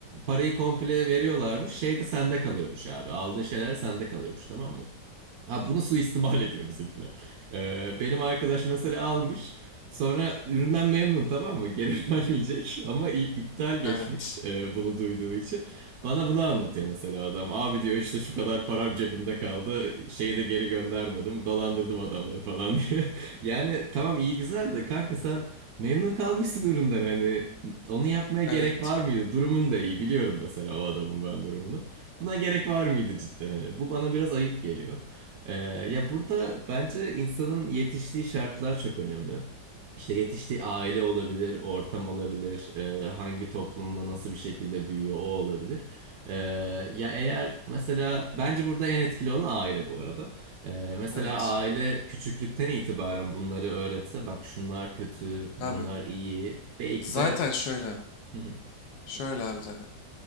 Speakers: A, on the right; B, on the left.
A: Parayı komple veriyorlarmış. Şey de sende kalıyormuş abi. Aldığın şeyler sende kalıyormuş tamam mı? Ha bunu suistimal <laughs> ediyor bizimkiler. Ee, benim arkadaş mesela almış. Sonra üründen memnun tamam mı? Geri <laughs> vermeyecek ama i- iptal geçmiş
B: Evet,
A: e, bunu duyduğu için. Bana bunu anlatıyor mesela adam. Abi diyor işte şu kadar param cebimde kaldı. Şeyi de geri göndermedim. Dolandırdım adamları falan <laughs> diye. Yani tamam iyi güzel de kanka sen memnun kalmışsın üründen hani onu yapmaya gerek
B: evet,
A: var mıydı? Durumun da iyi biliyorum mesela o adamın ben durumunu. Buna gerek var mıydı cidden hani? Bu bana biraz ayıp geliyor. E, ya burada bence insanın yetiştiği şartlar çok önemli. İşte yetiştiği aile olabilir, ortam olabilir, e, hangi toplumda nasıl bir şekilde büyüyor o olabilir. E, ya eğer mesela bence burada en etkili olan aile bu arada. E, mesela
B: evet.
A: aile küçüklükten itibaren bunları öğretse bak şunlar kötü, bunlar
B: Abi
A: iyi. Belki
B: zaten
A: de
B: şöyle,
A: Hı hı.
B: şöyle abi zaten.